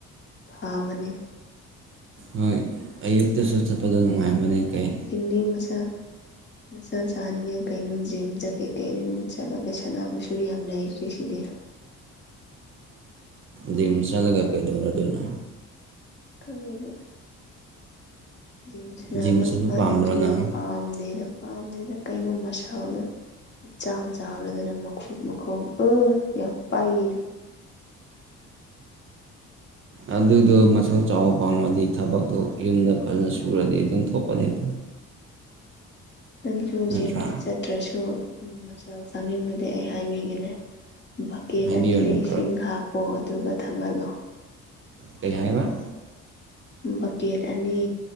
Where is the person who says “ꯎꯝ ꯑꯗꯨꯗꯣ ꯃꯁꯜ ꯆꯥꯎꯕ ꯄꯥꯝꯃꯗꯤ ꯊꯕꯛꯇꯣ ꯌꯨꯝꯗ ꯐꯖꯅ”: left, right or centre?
Right